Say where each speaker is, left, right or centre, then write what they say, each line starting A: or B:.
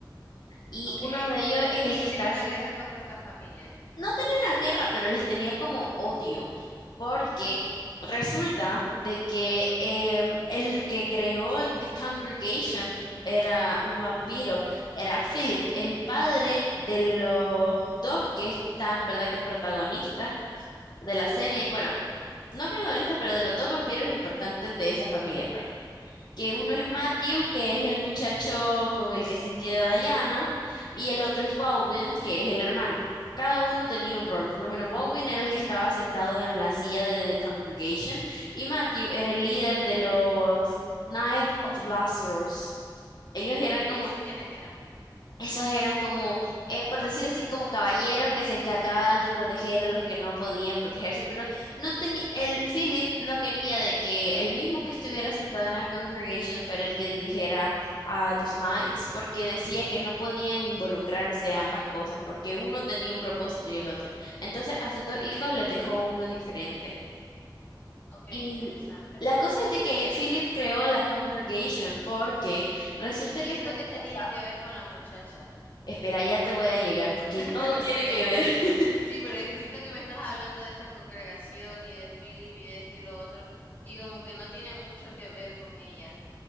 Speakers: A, on the left; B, on the left.
A: Y
B: Ok,
A: uno de ellos es el
B: él
A: que está
B: tenía una guerra contra esta familia.
A: no tenía una guerra, pero les tenía como odio, porque resulta de que em, el que creó The Congregation era un vampiro, era Philip, el padre de los dos que están, ¿verdad?, que protagonistas de la serie, bueno, no protagonistas, pero de los dos vampiros importantes de esa familia, pues que uno es
B: Ok,
A: Matthew,
B: ok.
A: que es el muchacho con el que se queda Diana, y el otro es Baldwin, que es el hermano. Cada uno tenía un rol, por lo menos Baldwin era el que estaba sentado en la silla de The Congregation y Matthew era el líder de los Knights of Lazarus. Ellos eran
B: Ok, ¿y
A: como
B: esos quiénes eran?
A: esos eran como, eh, por decir así, como caballeros que se encargaban de proteger a los que no podían protegerse, pero no tenía, el Philip no quería de que el mismo que estuviera sentado en la congregation fuera el que dirigiera a los Knights, porque decía que no podían involucrarse ambas cosas, porque uno tenía un propósito y el otro. Entonces a sus dos hijos les dejó uno diferente.
B: Ok,
A: Y
B: interesante.
A: la cosa es de que Philip creó la congregation porque resulta
B: ¿Y
A: que
B: esto
A: su esposa
B: qué tenía que ver con la muchacha?
A: Espera, ya te voy a llegar porque
B: <laughs>
A: todo tiene
B: Ok,
A: que ver.
B: ok.
A: <laughs>
B: Sí, pero es que siento que me estás hablando de esta congregación y de Philip y de esto y lo otro, y como que no tiene mucho que ver con ella.